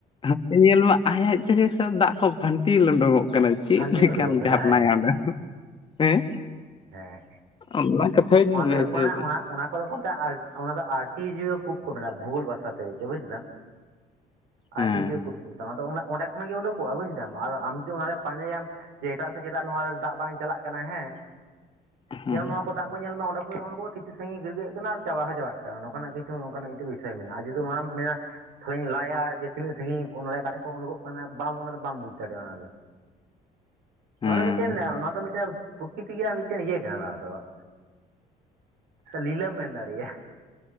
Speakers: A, on the left; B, on the right.
A: ᱦᱟᱱᱛᱮ ᱧᱮᱞ ᱢᱮ ᱟᱡ ᱟᱡ ᱛᱮᱜᱮ ᱥᱟ ᱫᱟᱜ ᱠᱚ ᱯᱷᱟᱹᱱᱴᱤᱞ ᱚᱰᱚᱝ ᱚᱜ ᱠᱟᱱᱟ ᱾ ᱪᱮᱫ
B: ᱠᱷᱟᱱᱴᱤ
A: ᱞᱮᱠᱟᱱ
B: ᱞᱟᱹᱰᱩ ᱜᱚᱜ ᱠᱟᱱᱟᱭ
A: ᱡᱷᱟᱨᱱᱟ ᱭᱟ ᱚᱸᱰᱮ ᱫᱚ ᱦᱮᱸ,
B: ᱦᱮᱸ
A: ᱚᱱᱟ ᱠᱟᱛᱷᱟᱧ
B: ᱚᱱᱟ
A: ᱞᱟᱹᱭ
B: ᱫᱚ ᱦᱩᱭᱩᱜ
A: ᱦᱚᱪᱚᱭᱮᱫᱟ
B: ᱠᱟᱱᱟ ᱚᱱᱟ ᱚᱱᱟ ᱠᱚᱫᱚ ᱠᱚ ᱚᱱᱟ ᱫᱚ ᱟᱨᱴᱤᱭ ᱡᱤᱨᱚ ᱠᱷᱩᱵ ᱠᱚ ᱢᱮᱱᱟ ᱵᱷᱩᱜᱚᱞ ᱵᱷᱟᱥᱟ ᱛᱮ ᱪᱚ ᱵᱩᱡ ᱫᱟᱢ ᱾
A: ᱦᱮᱸ
B: ᱟᱨ ᱴᱤ ᱡᱤᱳ ᱠᱩᱯ ᱠᱚ ᱢᱮᱛᱟᱜ-ᱟ ᱚᱱᱟ ᱫᱚ ᱚᱱᱟ ᱚᱸᱰᱮ ᱠᱷᱚᱱᱟᱜ ᱜᱮ ᱩᱰᱩᱠᱚᱜ-ᱟ ᱵᱩᱡ ᱫᱟᱢ ᱟᱨ ᱟᱢ ᱡᱩᱫᱤ ᱚᱱᱟᱨᱮ ᱯᱟᱸᱡᱟᱭᱟᱢ ᱡᱮ ᱮᱴᱟᱜ ᱥᱮᱫ ᱪᱮᱫᱟᱜ ᱱᱚᱣᱟ ᱫᱟᱜ ᱵᱟᱝ ᱪᱟᱞᱟᱜ ᱠᱟᱱᱟ ᱦᱮᱸ
A: ᱦᱮᱸ
B: ᱧᱮᱞ ᱱᱚᱣᱟ ᱠᱚ ᱫᱟᱜ ᱠᱚ ᱧᱮᱞ ᱢᱟ ᱚᱸᱰᱮ ᱠᱷᱚᱡ ᱚᱰᱚᱠᱚᱜ-ᱟ ᱠᱤᱪᱷᱩ ᱥᱟᱺᱜᱤᱧ ᱜᱩᱲᱫᱟᱹᱜ ᱟᱨ ᱪᱟᱵᱟ ᱦᱚᱸ ᱪᱟᱵᱟᱜ ᱠᱟᱱᱟ ᱱᱚᱠᱟᱱᱟᱜ ᱠᱤᱪᱷᱩ ᱱᱚᱠᱟᱱᱟᱜ ᱢᱤᱫᱴᱤᱡ ᱜᱮ ᱦᱤᱥᱟᱹᱯ ᱢᱮᱱᱟᱜ-ᱟ ᱡᱩᱫᱤ ᱚᱱᱟ ᱦᱚᱢ ᱢᱮᱱᱟ ᱛᱟᱦᱚᱞᱮᱧ ᱞᱟᱭᱟ ᱡᱮ ᱛᱤᱱᱟᱹᱜ ᱥᱟᱺᱜᱤᱧ ᱚᱱᱟ ᱨᱮ ᱚᱠᱟ ᱴᱷᱮᱡ ᱠᱷᱚᱱ ᱩᱰᱩᱠᱚᱜ ᱠᱟᱱᱟ ᱵᱟᱢ ᱚᱱᱟ ᱫᱚ ᱵᱟᱢ ᱵᱩᱡᱽ ᱫᱟᱲᱮᱜ-ᱟ ᱚᱱᱟ ᱫᱚ ᱾
A: ᱦᱮᱸ
B: ᱱᱚᱣᱟ ᱫᱚ ᱢᱤᱫᱴᱮᱱ ᱱᱚᱣᱟ ᱫᱚ ᱢᱤᱫᱴᱮᱱ ᱯᱨᱚᱠᱤᱛᱤ ᱨᱮᱭᱟᱜ ᱢᱤᱫᱴᱮᱱ ᱤᱭᱟᱹ ᱠᱟᱱᱟ ᱱᱚᱣᱟ ᱫᱚ ᱾ ᱞᱤᱞᱟᱹᱢ ᱢᱮᱱ ᱫᱟᱲᱮᱜᱼᱟ ᱾